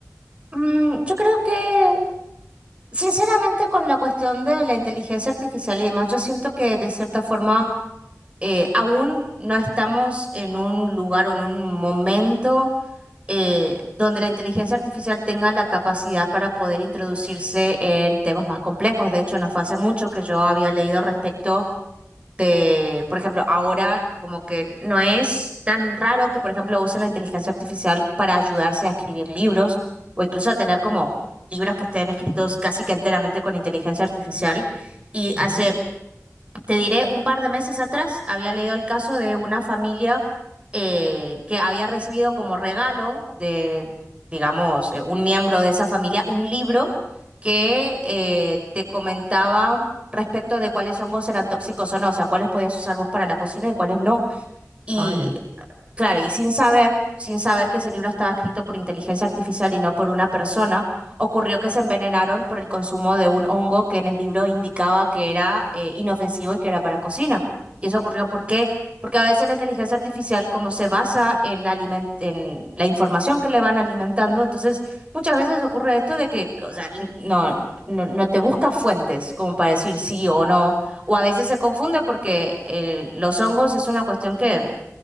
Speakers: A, on the right; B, on the right.
A: Mm, yo creo que, sinceramente, con la cuestión de la inteligencia artificial y demás, yo siento que de cierta forma eh, aún no estamos en un lugar o en un momento eh, donde la inteligencia artificial tenga la capacidad para poder introducirse en temas más complejos. De hecho, no fue hace mucho que yo había leído respecto de, por ejemplo, ahora como que no es tan raro que, por ejemplo, usen la inteligencia artificial para ayudarse a escribir libros o incluso a tener como libros que estén escritos casi que enteramente con inteligencia artificial y
B: Ujú.
A: hace te diré, un par de meses atrás había leído el caso de una familia eh, que había recibido como regalo de, digamos, eh, un miembro de esa familia, un libro que eh, te comentaba respecto de cuáles hongos eran tóxicos o no, o sea, cuáles podías usar vos para la cocina y cuáles no. y
B: Ah, ya,
A: Claro, y sin saber, sin saber que ese libro estaba escrito por inteligencia artificial y no por una persona, ocurrió que se envenenaron por el consumo de un hongo que en el libro indicaba que era eh, inofensivo y que era para cocina. Y eso ocurrió ¿por qué? Porque a veces la inteligencia artificial, como se basa en la alimen- en la información que le van alimentando, entonces muchas veces ocurre esto de que, o sea, no, no, no te busca fuentes como para decir sí o no, o a veces se confunde porque eh, los hongos es una cuestión que